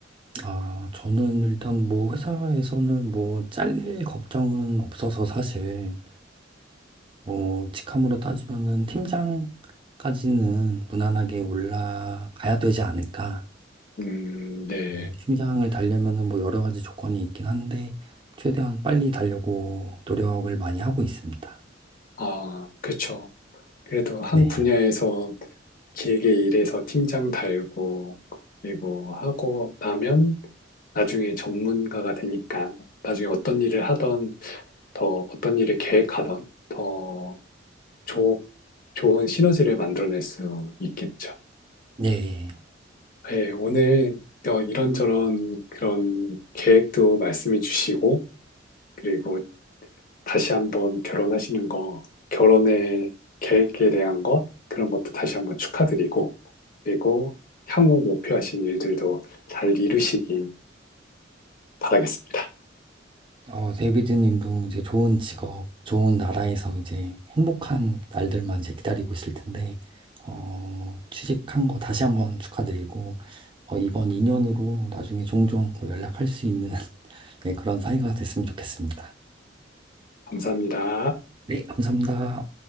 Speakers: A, on the right; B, on the left.
A: 아, 저는 일단 뭐 회사에서는 뭐 잘릴 걱정은 없어서 사실 뭐 직함으로 따지면은 팀장까지는 무난하게 올라가야 되지 않을까.
B: 음, 네.
A: 예, 팀장을 달려면은 뭐 여러 가지 조건이 있긴 한데 최대한 빨리 달려고 노력을 많이 하고 있습니다.
B: 아, 그렇죠. 그래도 한
A: 네.
B: 분야에서 길게 일해서 팀장 달고 그리고 하고 나면 나중에 전문가가 되니까 나중에 어떤 일을 하던 더 어떤 일을 계획하던 더 좋, 좋은 시너지를 만들어낼 수 있겠죠.
A: 네.
B: 네, 오늘 어, 이런저런 그런 계획도 말씀해 주시고, 그리고 다시 한번 결혼하시는 거, 결혼의 계획에 대한 것, 그런 것도 다시 한번 축하드리고, 그리고 향후 목표하신 일들도 잘 이루시길 바라겠습니다.
A: 어, 데이비드님도 이제 좋은 직업, 좋은 나라에서 이제 행복한 날들만 이제 기다리고 있을 텐데, 어, 취직한 거 다시 한번 축하드리고, 어, 이번 인연으로 나중에 종종 뭐 연락할 수 있는 <laughs> 네, 그런 사이가 됐으면 좋겠습니다.
B: 감사합니다.
A: 네, 감사합니다.